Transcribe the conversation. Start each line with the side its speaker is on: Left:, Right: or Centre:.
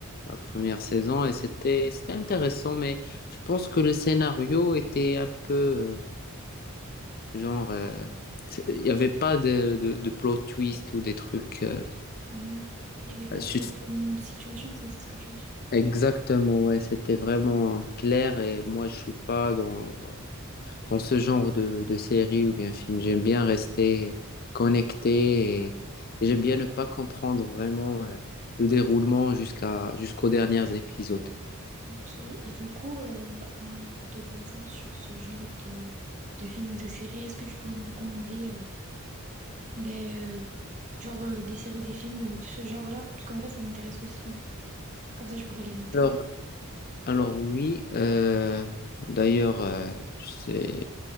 Left: la première saison et c'était c'était intéressant, mais je pense que le scénario était un peu euh, genre euh, c'est- il n'y avait pas de, de, de plot twist ou des trucs. euh,
Right: Mm. Oui, Il n'y avait pas
Left: sus-
Right: de retournement de situation, c'est c'est ce que tu veux dire.
Left: Exactement, ouais, c'était vraiment clair et moi je suis pas dans dans ce genre de, de série ou bien film. J'aime bien rester connecté et, et j'aime bien ne pas comprendre vraiment euh, le déroulement jusqu'à jusqu'aux derniers épisodes.
Right: Ok, et du coup, euh, en te basant sur ce genre de, de films ou de séries, est-ce que tu pourrais me recommander euh, ben, euh, genre euh, des séries ou des films euh, de ce genre-là? Parce qu'en vrai, ça m'intéresse aussi. hein. Comme ça, je pourrais les noter.
Left: Alors, alors oui, euh, d'ailleurs, euh, c'est,